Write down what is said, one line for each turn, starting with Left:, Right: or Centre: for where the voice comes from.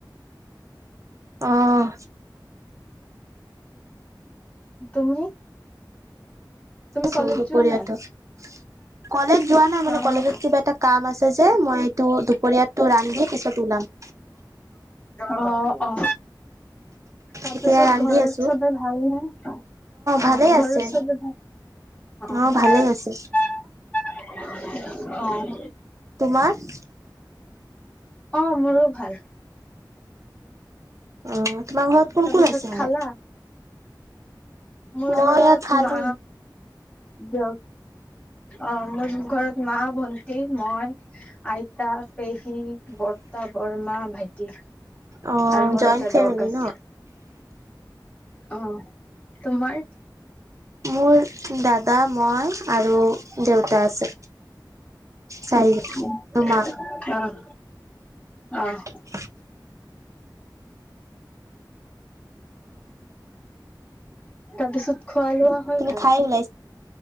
Right: অঁ
Left: তুমি? তুমি
Right: ছোৰটো
Left: কলেজ যোৱা
Right: পৰীয়া
Left: নাই?
Right: ত' কলেজ যোৱা নাই মানে,
Left: অ
Right: কলেজত কিবা এটা কাম আছে যে। মই এইটো দুপৰীয়াটো ৰান্ধি পিছত ওলাম।
Left: অঁ অঁ। তাপিছত
Right: এতিয়া ৰান্ধি
Left: ঘৰৰ
Right: আছো।
Left: চবেই ভাল নে অ
Right: ভালেই
Left: ঘৰৰ
Right: আছে
Left: চব <unintelligible>
Right: অ ভালেই আছে।
Left: অঁ অঁ
Right: তোমাৰ?
Left: অঁ, মোৰো ভাল।
Right: ওম তোমাৰ ঘৰত কোন
Left: তাৰপিছত
Right: কোন আছে এনে?
Left: খালা? মোৰ
Right: মই
Left: ঘৰত
Right: ইয়াত খালো।
Left: মা দেউ, অঁ মোৰ ঘৰত মা ভন টি, মই, আইতা, পেহী বৰমা বৰতা, মা ভাইটি
Right: অ
Left: আৰু মোৰ
Right: জইণ্ট
Left: এটা
Right: ফেমিলি
Left: ডগ আছে।
Right: ন?
Left: অঁ তোমাৰ?
Right: মোৰ দাদা, মই আৰু দেউতা আছে। চাৰিজন
Left: উ <unintelligible>
Right: আৰু মা।
Left: আহ অঁহ
Right: উ <unintelligible>
Left: তাপিছত খোৱা লোৱা? হৈ
Right: তুমি
Left: গ'ল
Right: খাই ওলাই